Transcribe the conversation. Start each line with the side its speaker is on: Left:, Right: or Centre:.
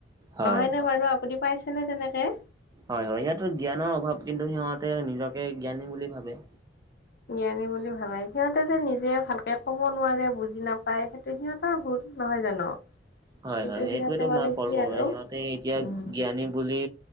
Right: হয়।
Left: নহয় নে বাৰু আপুনি পাইছেনে তেনেকে
Right: হয় হয় সিহঁতৰ জ্ঞানৰ অভাৱ, কিন্তু সিহঁতে নিজকে জ্ঞানী বুলি ভাবে
Left: জ্ঞানী বুলি ভাবে, সিহঁতে যে নিজে ভালকে ক'ব নোৱাৰে বুজি নাপায় সেইটো সিহঁতৰ ভুল। নহয় জানো
Right: হয়
Left: কিন্তু
Right: হয়
Left: সিহঁতে
Right: সেইটোৱেতো
Left: মানে
Right: মই ক'লো
Left: কি আৰু
Right: সিহঁতে এতিয়া
Left: উম
Right: জ্ঞানী বুলি